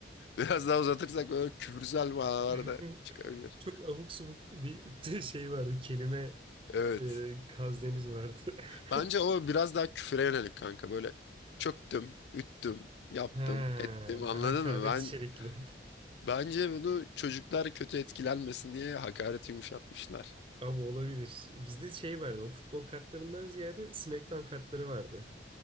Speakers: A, on the left; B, on the right.
A: Biraz daha uzatırsak böyle küfürsel manalar
B: <laughs>
A: da çıkabilir.
B: Çok abuk subuk bir <laughs> şey vardı. Kelime
A: Evet.
B: e, kaznemiz vardı.
A: Bence
B: <laughs>
A: o biraz daha küfüre yönelik kanka. Böyle çöktüm, üttüm, yaptım,
B: He,
A: ettim anladın
B: hakaret
A: mı? Ben
B: içerikli.
A: Bence bunu çocuklar kötü etkilenmesin diye hakareti yumuşatmışlar.
B: <laughs> Abi olabilir. Bizde şey vardı. O futbol kartlarından ziyade SmackDown kartları vardı.